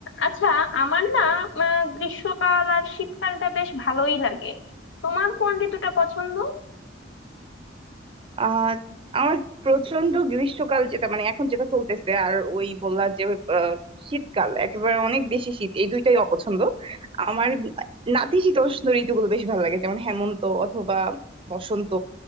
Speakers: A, on the left (about 90°); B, on the right (about 30°).
A: আচ্ছা আমার না আহ, গ্রীষ্মকাল আর শীতকালটা বেশ ভালোই লাগে তোমার কোন ঋতুটা পছন্দ
B: আহ আমার প্রচন্ড গ্রীষ্মকাল যেটা মানে এখন যেটা চলতেছে আর ওই বললা যে আহ, শীতকাল একেবারে অনেক বেশি শীত এই দুইটাই অপছন্দ আমার নাতিশীতোষ্ণ ঋতুগুলো বেশ ভালো লাগে যেমন হেমন্ত অথবা বসন্ত